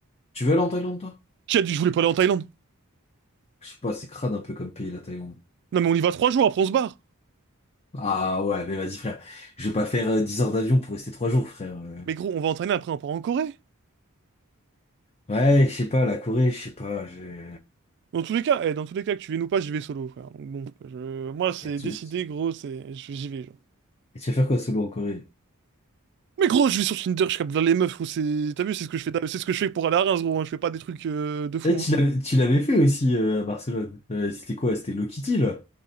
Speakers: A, on the left (about 30°); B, on the right (about 50°).
A: Tu veux aller en Thaïlande, toi?
B: Qui a dit que je voulais pas aller en Thaïlande?
A: Je sais pas, c'est crade un peu comme pays, la Thaïlande.
B: Non mais on y va trois jours, après on se barre.
A: Ah ouais, mais vas-y, frère. Je vais pas faire euh, 10 heures d'avion pour rester 3 jours, frère. euh.
B: Mais gros, on va en Thaïlande, après on part en Corée.
A: Ouais, je sais pas, la Corée, je sais pas, j'ai...
B: Dans tous les cas, eh, dans tous les cas, que tu viennes ou pas, j'y vais solo, frère. Donc bon, je... moi, c'est
A: Et tu...
B: décidé, gros, c'est... je- J'y vais, genre.
A: Et tu vas faire quoi solo en Corée?
B: Mais gros, je vais sur Tinder, je capte dans les meufs, gros, c'est... T'as vu, c'est ce que je fais, c'est ce que je fais pour aller à Reims, gros, hein, Je fais pas des trucs euh, de fou,
A: Eh,
B: hein.
A: tu l'avais, tu l'avais fait aussi euh, à Barcelone. Euh, c'était quoi? C'était Hello Kitty, là?